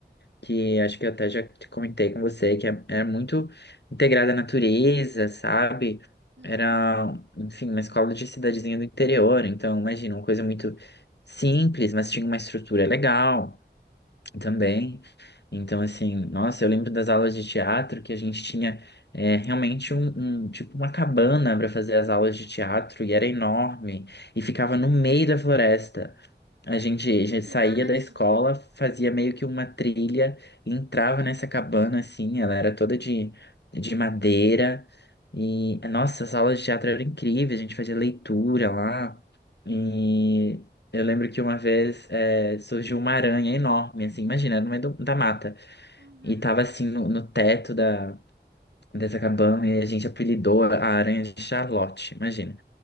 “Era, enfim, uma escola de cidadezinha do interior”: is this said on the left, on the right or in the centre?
Left